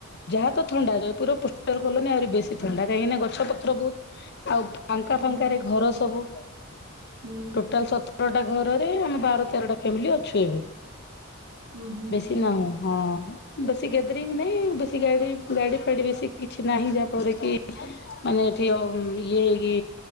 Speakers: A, on the left (about 50°); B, on the right (about 65°).
A: ଯାହା ତ ଥଣ୍ଡା ଜୟପୁର ପୋଷ୍ଟର କଲନି ଆହୁରି ବେଶୀ ଥଣ୍ଡା କାହିଁକି ନା ଗଛ ପତ୍ର ବହୁତ ଆଉ ଫାଙ୍କା
B: ହୁଁ
A: ଫାଙ୍କରେ ଘର ସବୁ
B: ହୁଁ
A: ଟୋଟାଲତ ବରଟା ଘରରେ ଆମ ବାର ତେରଟା ଫ୍ୟାମିଲି ଅଛୁ। ଏବେ
B: ହୁଁ ହୁଁ
A: ବେଶୀ ନାହୁଁ ହଁ। ବେଶୀ ଗ୍ୟାଦରଙ୍ଗ ନାଇଁ ବେଶୀ ଗାଡି ଗାଡି ଫାଡି ବେଶୀ କିଛି ନାହିଁ ଯାହା ଫଳରେ କି ମାନେ ଏଠି ଆ ଇଏ ହେଇକି